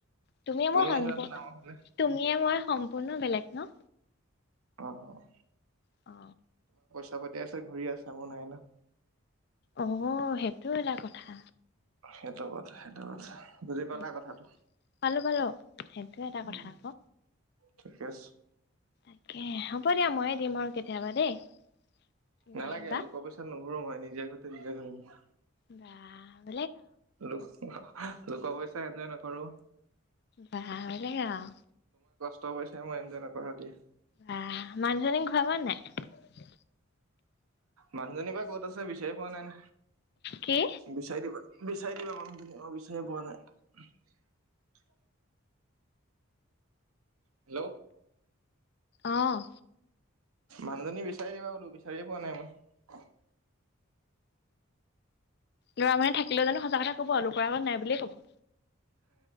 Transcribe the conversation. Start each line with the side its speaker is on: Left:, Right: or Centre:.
Left: তুমিয়ে
Right: তুমি
Left: মই সম্পূৰ্ণ
Right: আহিবাচোন আমাৰ ফালে।
Left: <inaudible> তুমিয়ে মই সম্পূৰ্ণ বেলেগ ন?
Right: অ' অ'
Left: অ
Right: <inaudible> ঘূৰি আছা মোৰ নাই ন?
Left: অ, সেইটোও এটা কথা।
Right: সেইটো <inaudible> সেইটো <inaudible> বুজি
Left: সেইটো
Right: পালা কথাটো
Left: পালো পালো সেইটো এটা
Right: উ
Left: কথা আকৌ
Right: ঠিকে আছে।
Left: তাকে হ'ব দিয়া। ময়ে দিম আৰু কেতিয়াবা দেই। তুমি
Right: নালাগে,
Left: আহিবা
Right: লোক পইচাত নুঘুৰো মই নিজে <inaudible> <inaudible>
Left: <inaudible>
Right: <inaudible> লোকৰ পইচা এনজয় নকৰো।
Left: বাহ! বেলেগ আৰু।
Right: তোৰ পইছাৰে মই এনজয় নকৰোঁ দে।
Left: বাহ, মানুহজনীক <unintelligible> পোৱা নাই।
Right: মানুহজনী বা ক'ত আছে, বিচাৰি পোৱা নাই।
Left: কি
Right: বিচাৰি দিবা। বিচাৰি দিবা মানুহজনী অ', বিচাৰি পোৱা নাই। হেল্ল'।
Left: অ'।
Right: মানুহজনী বিচাৰি দিবা বোলো, বিচাৰিয়ে পোৱা নাই মই।
Left: ল'ৰা মানুহে থাকিলে জানো সঁচা কথা ক'ব, আৰু লোকৰ আগত নাই বুলিয়ে ক'ব।